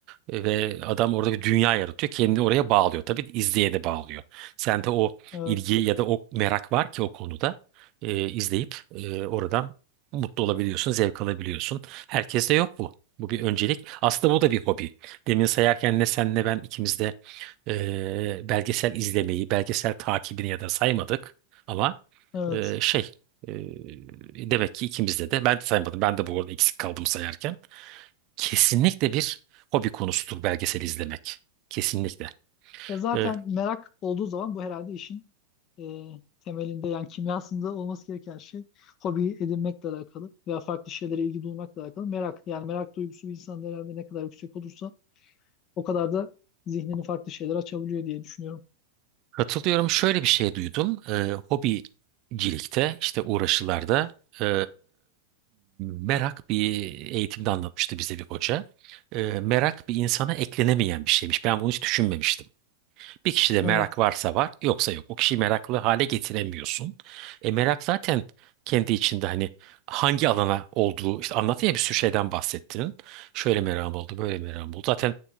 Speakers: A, on the right; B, on the left.
A: E, Ve adam orada bir dünya yaratıyor. Kendini oraya bağlıyor. Tabii izleyeni bağlıyor. Sende o
B: Evet.
A: ilgi ya da o merak var ki o konuda e, izleyip e, oradan mutlu olabiliyorsun, zevk alabiliyorsun. Herkeste yok bu. Bu bir öncelik. Aslında bu da bir hobi. Demin sayarken ne sen ne ben ikimiz de e, belgesel izlemeyi, belgesel takibini ya da saymadık. Ama
B: Evet.
A: e, şey e, demek ki ikimizde de ben de saymadım. Ben de bu arada eksik kaldım sayarken kesinlikle bir hobi konusudur belgesel izlemek. Kesinlikle.
B: E zaten
A: Ee,
B: merak olduğu zaman bu herhalde işin e, temelinde yani kimyasında olması gereken şey hobi edinmekle alakalı veya farklı şeylere ilgi duymakla alakalı merak. Yani merak duygusu bir insanda herhalde ne kadar yüksek olursa o kadar da zihnini farklı şeyler açabiliyor diye düşünüyorum.
A: katılıyorum. Şöyle bir şey duydum. Ee, hobicilikte işte uğraşılarda ee, merak bir eğitimde anlatmıştı bize bir hoca. Ee, merak bir insana eklenemeyen bir şeymiş. Ben bunu hiç düşünmemiştim. Bir kişide merak
B: Evet.
A: varsa var, yoksa yok. O kişiyi meraklı hale getiremiyorsun. E merak zaten kendi içinde hani hangi alana olduğu, işte anlattın ya bir sürü şeyden bahsettin. Şöyle merakım oldu, böyle merakım oldu. Zaten